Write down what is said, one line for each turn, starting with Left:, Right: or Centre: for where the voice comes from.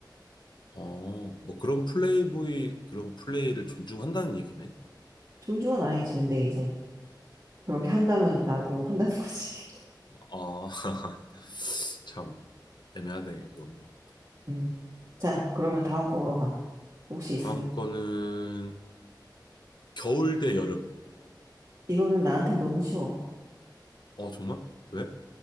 Left: 어, 뭐 그런 플레이보이 그런 플레이를 존중한다는 얘기네.
Right: 존중은 아니지. 근데 이제, 그렇게 한다면 이제 나도 한다는 거지. <laughs>
Left: 아, <laughs> 참 애매하네 이거는.
Right: 음. 자, 그러면 다음 거 물어봐. 혹시 있으면.
Left: 다음 거는 겨울 대 여름.
Right: 이거는 나한테 너무 쉬워.
Left: 어, 정말? 왜?